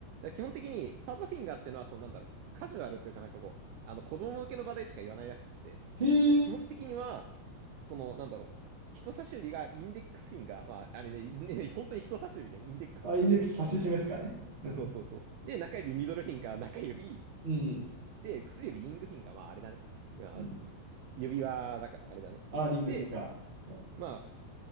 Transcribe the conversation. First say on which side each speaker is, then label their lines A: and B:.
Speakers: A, on the right; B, on the right.
A: ら基本的に、ファザーフィンガーってのは、そのなんだろう、カジュアルというかなんかこう、あの、子供向けの場でしか言わないらしくて、
B: へえ。
A: 基本的には、その、なんだろう、人差し指がインデックスフィンガー、まあ、あれね、インね本当に人差し指で、インデックスだから。
B: あ、インデックス指し示すからね。うん。
A: そうそうそう。で、中指、ミドルフィンガー、中指、
B: うん。
A: で、薬指、リングフィンガー、まあ、あれだね。まあ、
B: うん
A: 指輪だから、あれだね。
B: あ、リングフィンガー。
A: で、ま